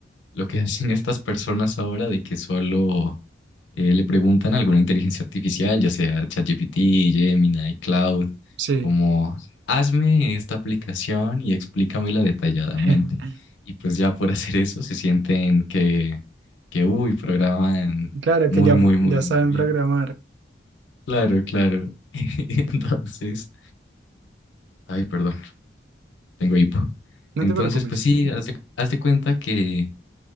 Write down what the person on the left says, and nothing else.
Lo que <laughs> hacen estas personas ahora de que solo eh, le preguntan a alguna inteligencia artificial, ya sea ChatGPT, Gemini, Cloud,
como hazme esta aplicación y explícamela detalladamente.
Y pues ya por <laughs> hacer eso se sienten que, que uy, programan
muy,
muy, muy,
muy
bien.
Claro, claro. <laughs> Entonces, ay, perdón, tengo hipo.
Entonces,
pues sí, haz de, haz de cuenta que